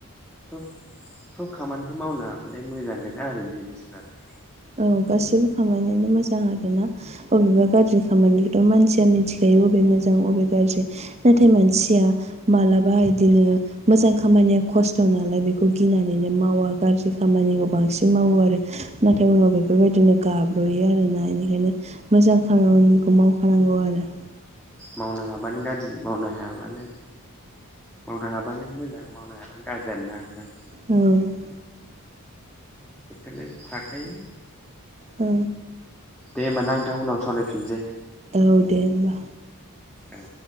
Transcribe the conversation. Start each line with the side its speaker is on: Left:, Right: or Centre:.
Centre: सब सब खामानिखौ मावनो हाबालाय मोजां गोजा आरो बिजनेसफ्रालाय
Right: औ गासैबो खामानियानो मोजां आर ना बबेबा गाज्रि खामानि मानसिया मिथिखायो अबे मोजां अबे गाज्रि नाथाय मानसिया मालाबा इदिनो मोजां खामानिया खस्थ' नालाय बे बेखौ गिनानैनो मावा गाज्रि खामानिखौ बांसिन मावो आरो ओ उनाव बेफोरबायदिनो गाब्र'यो आरोना इनिखायनो मोजां खामानिखौ मावखानांगौ आरो
Centre: मावनो हाबानो गाज्रि मावनो हायाबानो मावनो हाबानो मोजां मावनो हायाबानो गाज्रि आरो दा नोंथां
Right: औ
Centre: बेफोरनो थाखायो
Right: औ
Centre: दे होमब ना नोंथां उनाव सावरायफिनसै
Right: औ दे होमबा
Centre: औ